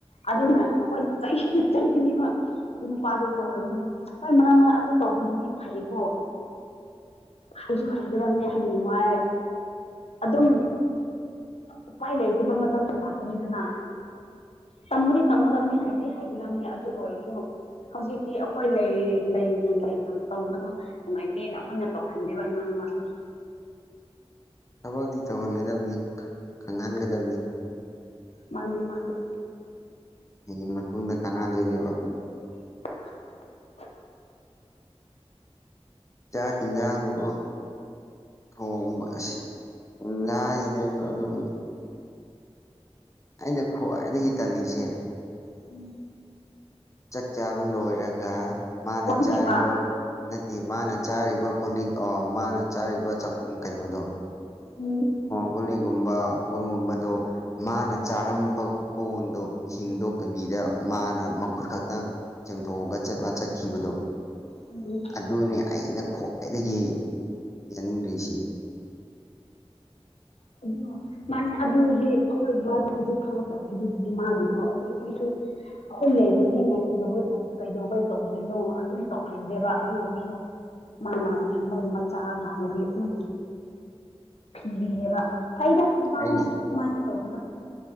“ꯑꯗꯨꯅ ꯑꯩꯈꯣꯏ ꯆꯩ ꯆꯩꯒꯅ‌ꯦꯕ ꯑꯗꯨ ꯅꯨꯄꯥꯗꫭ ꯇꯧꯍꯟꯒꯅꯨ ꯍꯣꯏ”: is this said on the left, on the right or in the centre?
Left